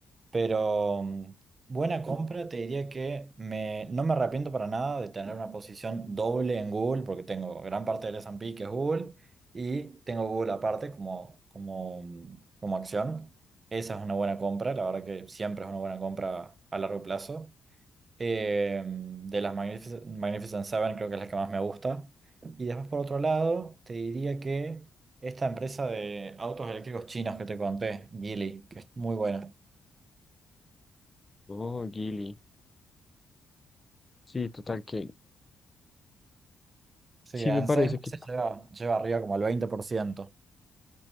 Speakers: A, on the right; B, on the left.
A: Pero mm, buena compra, te diría que me, no me arrepiento para nada de tener una posición doble en Google, porque tengo gran parte del S&P que es Google, y tengo Google aparte como, como, mm, como acción. Esa es una buena compra, la verdad que siempre es una buena compra a largo plazo. Eh, mm, de las Magnific- Magnificent, Seven creo que es la que más me gusta. Y después por otro lado, te diría que esta empresa de autos eléctricos chinos que te conté, Geely, que es muy buena.
B: Oh, Gili. Sí, total que
A: Sí,
B: sí me
A: en
B: parece
A: seis
B: que
A: meses lleva, lleva arriba como al 20%.